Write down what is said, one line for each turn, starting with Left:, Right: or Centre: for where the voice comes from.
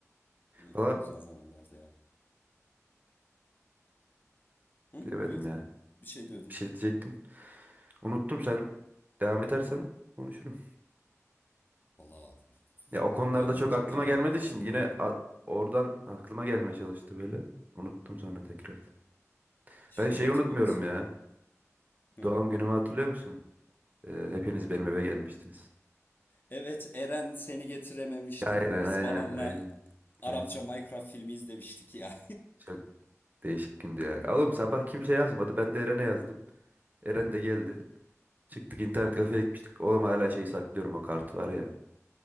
Left: Hmm,
Right: Valla
Left: Güzel zamanlardı ya. Hı,
Right: bilemedim
Left: buyur.
Right: ya.
Left: Bir şey diyordun.
Right: Bir şey diyecektim. Unuttum sen. Devam edersen konuşurum.
Left: Vallahi
Right: Ya o konularda
Left: devam
Right: çok
Left: edecek
Right: aklıma
Left: ne var
Right: gelmediği
Left: bak
Right: için
Left: hatırlayayım.
Right: yine a- oradan aklıma gelmeye çalıştı böyle. Unuttum sonra tekrardan.
Left: Şeyi
Right: Ben şeyi
Left: hatırlıyor
Right: unutmuyorum
Left: musun?
Right: ya.
Left: Hı.
Right: Doğum günümü hatırlıyor musun? Ee, hepiniz benim eve gelmiştiniz.
Left: Evet Eren seni getirememişti.
Right: Aynen,
Left: Biz
Right: aynen,
Left: babanla
Right: aynen.
Left: Arapça
Right: Aynen.
Left: Minecraft filmi izlemiştik ya.
Right: Çok Değişik gündü ya. Oğlum sabah kimse yazmadı. Ben de Eren'e yazdım. Eren de geldi. Çıktık internet kafeye gitmiştik. Oğlum hala şeyi saklıyorum o kartı var ya.